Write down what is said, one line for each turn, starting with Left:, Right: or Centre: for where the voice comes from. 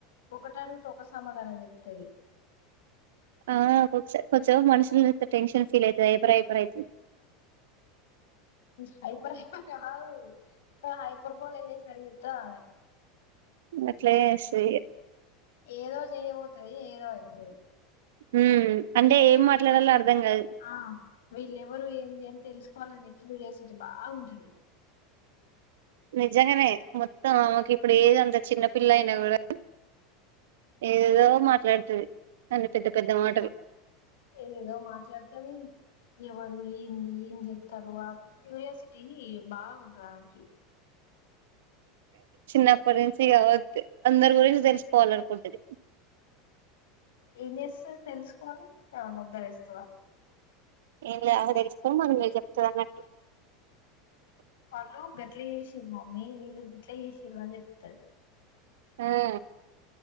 Left: ఒకటి అడుగుతే ఒక సమాధానం చెప్తది
Right: ఆ ఒకొక సా కొంచెం మనుషులను చూత్తే టెన్షన్ ఫీల్ అవుతది ఐపర్ ఐపర్ అయితది
Left: హై హ హ హైపర్ బోలా చేసినటు చేస్తది అమె
Right: అట్లే చేస్తది ఇక
Left: ఏదో చేయబోతుది ఏదో అవుతుది
Right: ఉమ్ అంటే
Left: వీళ్ళేవరు
Right: ఏం మాట్లాడాలో
Left: వయ్యంది
Right: అర్ధం కాదు
Left: ఆ వీళ్ళవరుయంది అ తెలుసుకోవాలనే క్యూరియాసిటీ బాగుంటది
Right: నిజంగానే మొత్తం ఆమెకు ఇప్పుడు ఏద అంత చిన్న పిల్ల అయినా కూడా ఏదేధో మాట్లాడుతుంది అన్నీ పెద్ద పెద్ద మాటలు
Left: ఏదదో మాట్లాడుతది ఎవరు ఏంది ఏం చెప్తారు ఆ క్యూరియాసిటీ బాగుంటది ఆమెకి
Right: చిన్నప్పటి నుంచి గా అందరి గురించి తెలుసుకోవాల అనుకుంటది
Left: ఏం చేస్తుందో తెలుసుకొని ఎవరినైనా ఉద్ద్దరిస్తుందా
Right: ఏం లే ఆమే తెలుసుకొని మనకు చెప్తాది అన్నట్టు
Left: వాళ్ళు గట్ల చేసారు మమ్మీ వీళ్ళు గిట్ల చేసర అని చెప్తది
Right: ఆ